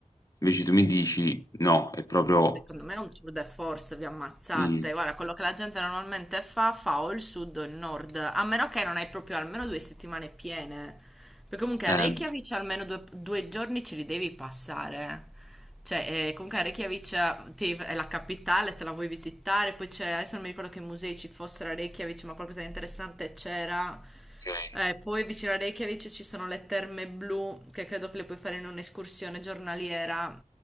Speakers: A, on the left; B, in the centre.
A: Invece tu mi dici: "No, è proprio"
B: Secondo me è un tour de force, vi ammazzate.
A: mh,
B: Guarda, quello che la gente normalmente fa, fa o il sud o il nord, a meno che non hai proprio almeno due settimane piene. Perché comunque
A: ehm,
B: a Reykjavik almeno due, due giorni ce li devi passare. Cioè, eh, comunque a Reykjavik ti- è la capitale, te la vuoi visitare, poi c'è, adesso non mi ricordo che musei ci fossero a Reykjavik, ma qualcosa di interessante c'era.
A: okay.
B: Eh, poi vicino a Reykjavik ci sono le terme blu che credo che le puoi fare in un'escursione giornaliera